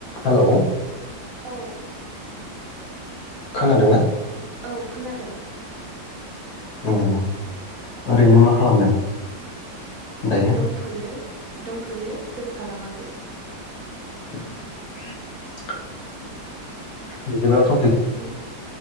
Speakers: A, on the left (about 80°); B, on the right (about 60°).
A: Hello
B: औ।
A: खोनादोंना?
B: औ खोनादों।
A: ओम ओरैनो मा खालामदों? दायो
B: दंथ'यो। दंथ'यो जेबो खालामाखै।
A: <inaudible> बिदिब्लाथ'
B: बे